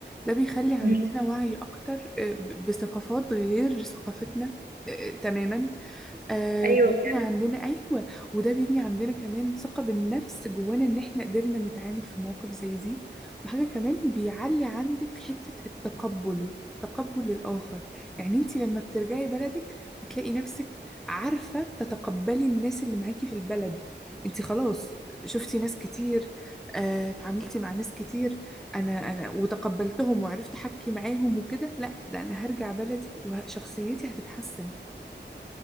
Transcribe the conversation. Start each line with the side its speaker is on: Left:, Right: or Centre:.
Centre: ده بيخلي عندنا
Right: مم.
Centre: وعي أكتر آه، ب- بثقافات غير ثقافتنا آه، تماما آه
Right: أيوه
Centre: بيبني
Right: بجد
Centre: عندنا أيوة وده بيبني عندنا كمان ثقة بالنفس جوانا إن إحنا قدرنا نتعامل في مواقف زي دي وحاجة كمان بيعلي عندك حتة التقبل تقبل الآخر يعني أنت لما بترجعي بلدك بتلاقي نفسك عارفة تتقبلي الناس اللي معاكي في البلد أنت خلاص شفتي ناس كتير آه، اتعاملتي مع ناس كتير أنا أنا وتقبلتهم وعرفت أحكي معاهم وكده لا ده أنا هرجع بلدي وشخصيتي هتتحسن